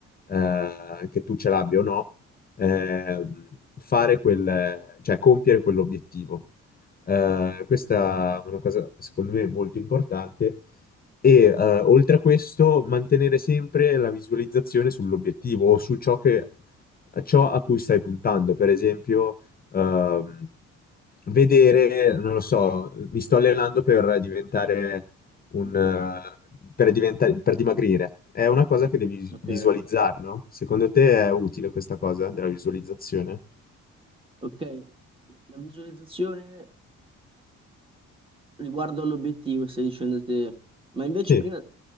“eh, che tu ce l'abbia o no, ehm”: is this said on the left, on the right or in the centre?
Left